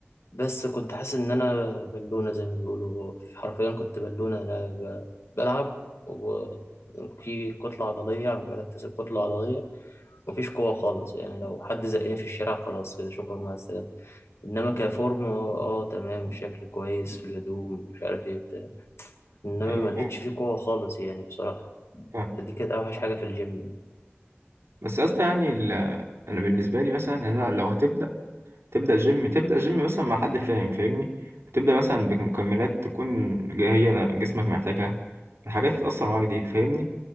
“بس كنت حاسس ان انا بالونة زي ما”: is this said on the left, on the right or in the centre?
Left